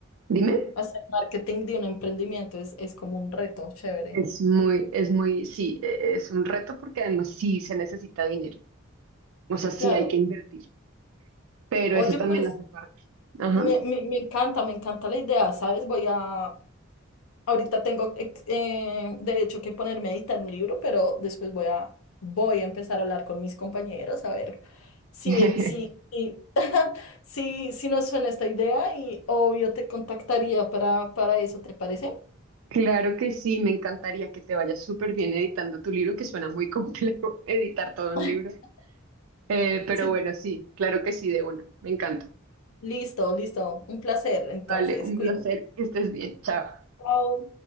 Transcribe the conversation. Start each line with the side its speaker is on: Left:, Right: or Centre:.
Right: Dime,
Left: Hacer marketing de un emprendimiento es, es como un reto, chévere.
Right: es muy, es muy, sí, eh, es un reto porque además sí se necesita dinero. O sea, sí
Left: Claro.
Right: hay que invertir, pero
Left: Oye,
Right: eso también
Left: pues
Right: hace parte. Ajá.
Left: me, me- me encanta, me encanta la idea, ¿sabes? Voy a, ahorita tengo, ex- eh, de hecho, que ponerme a editar un libro, pero después voy a, voy a empezar a hablar con mis compañeros a ver si,
Right: <laughs>
Left: si, si, si, si nos suena esta idea y obvio te contactaría para, para eso, ¿te parece?
Right: Claro que sí, me encantaría que te vayas súper bien editando tu libro, que suena muy complejo <laughs> editar todo un
Left: <laughs>
Right: libro. Eh, pero
Left: Sí.
Right: bueno, sí, claro que sí, de una. Me encanta.
Left: Listo, listo. Un placer, entonces,
Right: Vale, un
Left: cuídate.
Right: placer, que estés bien. Chao.
Left: Chao.